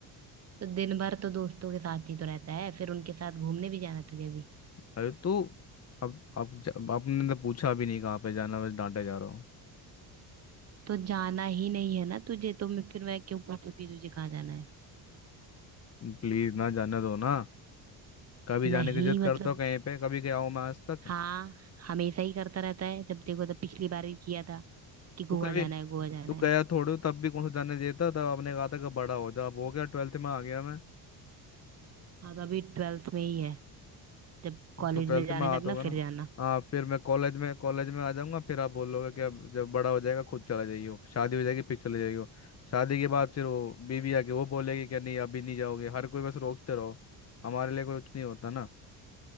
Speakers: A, on the right (about 35°); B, on the left (about 35°).
A: तो दिन भर तो दोस्तों के साथ ही तो रहता है फिर उनके साथ घूमने भी जाना है तुझे भी
B: अरे तो अब अब ज- आपने तो पूछा भी नहीं कहाँ पे जाना बस डांटे जा रहा हूँ
A: तो जाना ही नहीं है ना तुझे तो मैं फिर मैं क्यों पूछूंगी तुझे कहाँ जाना है
B: प्लीज ना जाने दो ना कभी जाने
A: नहीं
B: की जिद करता
A: मतलब
B: हूँ कहीं पे कभी गया हूँ मैं आज तक
A: हाँ हमेशा ही करता रहता है जब देखो तब पिछली बार भी किया था कि
B: तो
A: गोवा
B: कभी
A: जाना है गोवा जाना
B: तो
A: है
B: गया थोड़े हो, तब भी कौन सा जाने देता तब आपने कहा था कि बड़ा हो जा अब हो गया ट्वेल्थ में आ गया मैं
A: हाँ तो अभी ट्वेल्थ में ही है जब कॉलेज
B: अब तो ट्वेल्थ
A: में जाने
B: में आता
A: लगना
B: होगा ना
A: फिर जाना
B: हाँ फिर मैं कॉलेज में कॉलेज में आ जाऊंगा फिर आप बोलोगे कि अब जब बड़ा हो जाएगा खुद चला जाइयो शादी हो जाएगी फिर चले जाइयो शादी के बाद फिर वो बीवी आके वो बोलेगी कि नहीं अभी नहीं जाओगे हर कोई बस रोकते रहो हमारे लिए कुछ नहीं होता